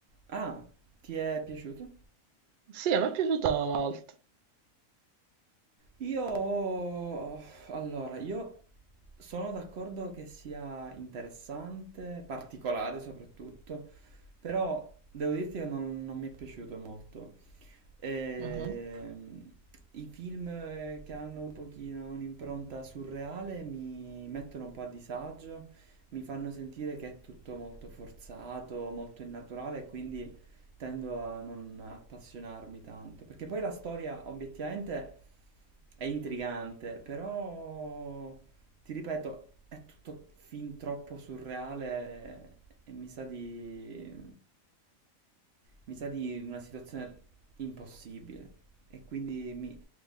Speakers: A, on the right; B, on the right.
A: Ah, ti è piaciuto?
B: Sì, a me è piaciuto molto.
A: Io, allora, io sono d'accordo che sia interessante, particolare soprattutto, però devo dirti che non, non mi è piaciuto molto. Ehm,
B: Mhm.
A: i film eh, che hanno un pochino un'impronta surreale mi mettono un po' a disagio, mi fanno sentire che è tutto molto forzato, molto innaturale, e quindi tendo a non appassionarmi tanto, perché poi la storia obiettivamente è intrigante, però ti ripeto, è tutto fin troppo surreale e mi sa di mi sa di una situazione impossibile e quindi mi